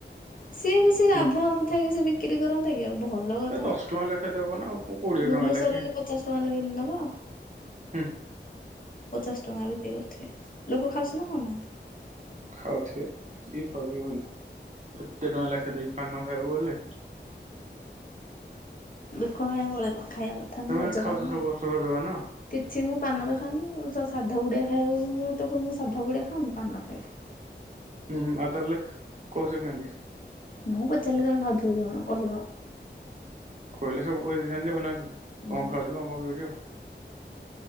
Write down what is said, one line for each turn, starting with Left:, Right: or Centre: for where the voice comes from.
Left: ସିଏ କିଛି ଲାଭ
Right: ହୁଁ
Left: ନଥାଏ କି ସେ ବିକ୍ରି କରନ୍ତା କି ଆଉ ବହୁତ- ଭଲ କଥା
Right: ଏ ଦଶ ଟଙ୍କା ଲେଖା ଦବ ନା ଆଉ କୋଡିଏ
Left: ଭୁବନେଶ୍ଵରରେ
Right: ଟଙ୍କା ଲେଖେ
Left: ପଚାଶ ଟଙ୍କା ଲୋଗ ନବ
Right: ହୁଁ
Left: ପଚାଶ ଟଙ୍କା ବିକ୍ରି କରୁ- ଲୋକ ଖାସ ନା ନାହାନ୍ତି-
Right: ଖାଉଛ କି ଖାଉଛି ଭିଲ- ଏତେ ଟଙ୍କା ଲେଖା ଦେଖି ପାନ ନ ଖାଇବୁ ହେଲେ-
Left: ଦୁଃଖ ପାଇଁ ପଳେଇବା ଖାଇବା କଥା
Right: ତମେ
Left: ନ ରଜ
Right: ଖାଉଛ
Left: ପାନ
Right: ସବୁ ବର୍ଷ ରଜପାନ?
Left: କିଛି ମୁଁ ପାନ ଦେଖାନି ସାଧା ପୁଡ଼ିଆ- ଖାଇ ଆକୁ ମୁଁ ତ ମୁଁ ସାଧା ପୁଡ଼ିଆ ଖାଉନି ପାନ ଖାଇକ-
Right: ହୁଁ ତା ହେଲେ କହୁଛ କେମିନ୍ତି-
Left: ମୁଁ ପଚାରିଲେ ତମେ ଖାଉଥିବ କି କଣ କହିବ-
Right: କହିଲେ ସବୁ କହିଦେଇଥାନ୍ତି ଆଉ ନା କି
Left: ହୁଁ
Right: କଣ ଖାଉଛ କଣ କଣ ପିଉଛ